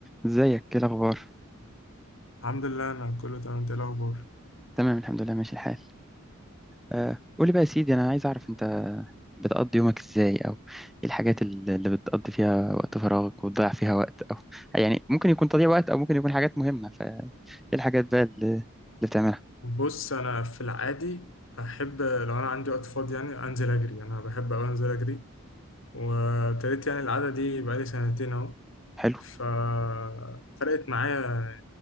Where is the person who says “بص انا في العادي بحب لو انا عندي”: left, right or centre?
Left